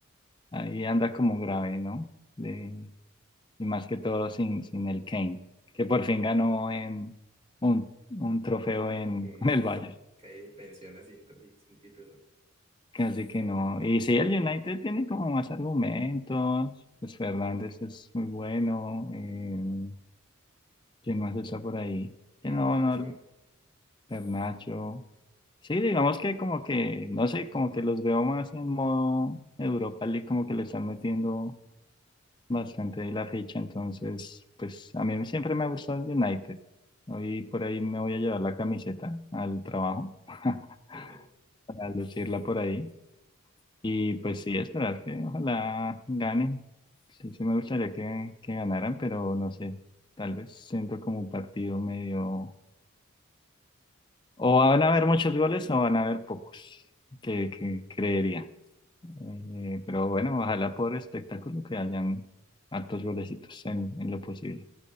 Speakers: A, on the left; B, on the right.
A: ahí anda como grave, ¿no? De, y más que todo sin, sin el Kane, que por fin ganó en un, un trofeo en,
B: Uy,
A: en el Bayern.
B: caí de pensiones así, sin tri- sin título.
A: Así que no. Y sí, el United tiene como más argumentos. Pues Fernández es muy bueno. eh, ¿Quién más está por ahí? Que
B: Garnacho.
A: no, no, Garnacho. Sí, digamos que como que, no sé, como que los veo más en modo Europa League, como que le están metiendo bastante de la ficha, entonces, pues a mí siempre me ha gustado el United. Hoy por ahí me voy a llevar la camiseta al trabajo <laughs>
B: <laughs>
A: para lucirla por ahí. Y pues sí, esperar que ojalá ganen. Sí, sí me gustaría que, que ganaran, pero no sé, tal vez siento como un partido medio O van a haber muchos goles o van a haber pocos, que, que creería. Eh, pero bueno, ojalá por espectáculo que hayan hartos golecitos en, en lo posible.